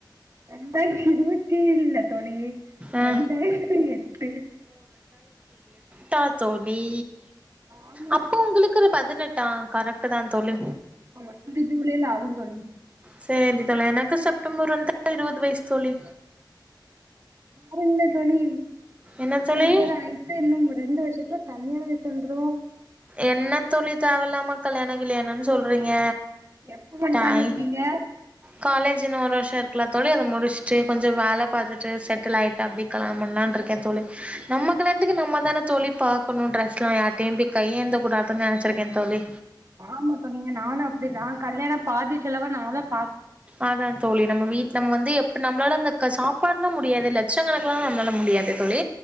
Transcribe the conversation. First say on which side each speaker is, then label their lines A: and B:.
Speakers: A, on the right; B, on the right.
A: இரண்டாயிர இருவத்தி இல்ல தோழி
B: ஆ
A: ரெண்டாயிரத்தி எட்டு
B: டா தோழி
A: ஆமா
B: அப்போ உங்களுக்கு ஒரு பதினெட் ஆ கரெக்ட்டுதா தோழி
A: ஆமா இந்த ஜூலேல ஆகு தோழி
B: செரி தோழி எனக்கு செப்டம்பர் வந்தா இருவது வயசு தோழி
A: வேற என்ன தோழி
B: என்ன தோழி
A: கல்யாணம் ஆயிட்டு இன்னு ரெண்டு வருஷத்துல கல்யாண வயஸ் வந்துரு
B: என்ன தோழி தேவ இல்லாம கல்யாண கில்யாணனு சொல்றீங்க
A: எப்ப பண்லானு
B: டாய்
A: இருக்கீங்க
B: காலேஜ் இன்னு ஒரு வருஷ இருக்குல தோழி அத முடிச்சுட்டு கொஞ்ச வேல பாத்துட்டு செடில் ஆய்டு அப்டி கல்யாணம் பண்ணலானு இருக்கே தோழி நம்ம கல்யாணத்துக்கு நம்ம தான தோழி பாக் பாக்கன்னு ட்ரெஸ்ல யார் தேம்பி கையேந்த கூடாதுனு நினச்சுருகே தோழி
A: ஆம தோழி நானு அப்டிதா கல்யாணப் பாதி செலவ நாதப்
B: அதா தோழி நம்ம வீட்ல நம்ம வந்து எப்படி நம்மளால சாப்பாடுல்லா முடியாது லட்சகணக்குலா நம்மலால முடியாது தோழி